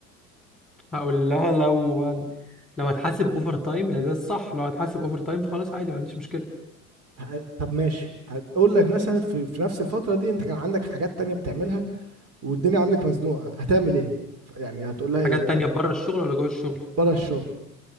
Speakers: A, in the centre; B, on the right (about 35°).
A: هقول لها لو لو هتحاسب اوفر تايم يعني ده الصح لو هتحاسب اوفر تايم فخلاص عادي ما عنديش مشكله
B: ه- طب ماشي هقول لك مثلا في, في نفس الفترة دي انت كان عندك حاجات تانية بتعملها والدنيا عندك مزنوقة هتعمل ايه؟ ف- يعني هتقول لها ايه
A: حاجات تانية بره الشغل ولا جوه الشغل
B: بره الشغل